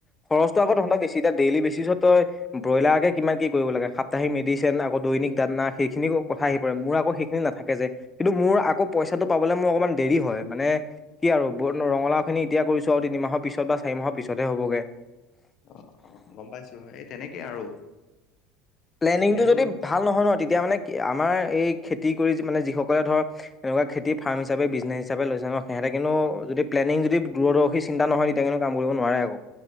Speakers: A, on the left (about 20°); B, on the left (about 50°).
A: খৰচটো আগত তক বেছি এতিয়া ডেইলি বেছি। তাৰিছত তই বইলাৰ আগে কিমান কি কৰিব লাগে। সাহিক মেডিচিন আকৌ দৈনিক দানা সেইখিনি কথা আহি পৰে মোৰ আকৌ সেইখিনি নাথাকে যে কিন্তু মোৰ আকৌ পইচা, পইচটো পাবলে মোৰ অকণমান দেৰি হয় মানে কি আৰু ৰঙলাও খিনি এতিয়া কৰিছো আৰু তিনি মাহৰ পিছত বা চাৰি মাহ পিছতহে হ'বগে।
B: অ অ গম পাইছো এই তেনেকে আৰু
A: প্লেনিংটো
B: এতিয়াতো
A: যদি ভাল নহয় ন তেতিয়া মানে আমাৰ এই, খেতি কৰি মানে যিসকলে ধৰ এনেকুৱা খেতি ফাৰ্ম হিচাপে বিজনেছ হিচাপে লৈছে সিহঁতে কিন্তু যদি তেনেক যদি দূৰদৰ্শী চিন্তা নহয় তেতিয়া কেনেনো কাম কৰিব নোৱাৰে আক,